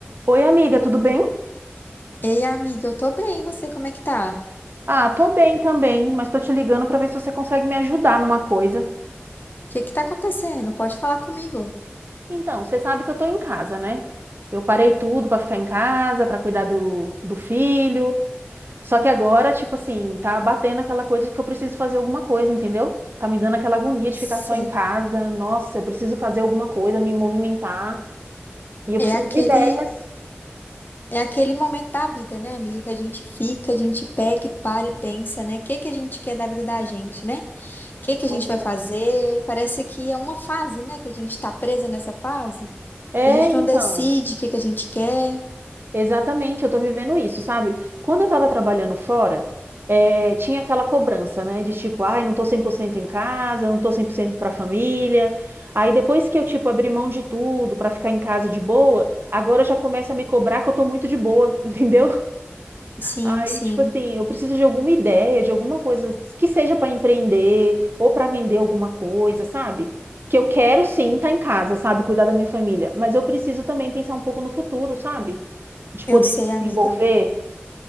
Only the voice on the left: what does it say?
Ei, amiga, eu tô bem, e você como é que tá? O
que que tá acontecendo? Pode falar comigo.
Sei.
É
aquele
é aquele momento da vida, né, amiga, que a gente fica, a gente pega e para e pensa, né? O que que a gente quer da vida da gente, né? O que que a
gente vai fazer? Parece que é uma fase, né, que a gente tá presa nessa fase.
A gente
não decide o que que a gente quer.
Sim,
sim.
Eu
sei,
amiga.